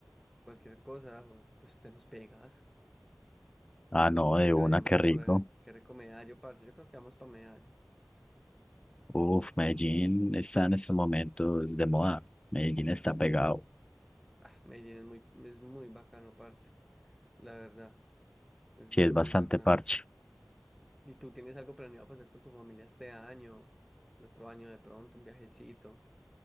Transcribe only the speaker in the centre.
cualquier cosa, pues te nos pegas.
Para
que
vayamos
por eh, qué recomendario, parce. Yo creo que vamos para Medallo.
Ah, Medellín es muy, es muy bacano, parce, la verdad. Es
muy,
muy bacano.
¿Y tú tienes algo planeado para hacer con tu familia este año, el otro año de pronto, un viajecito?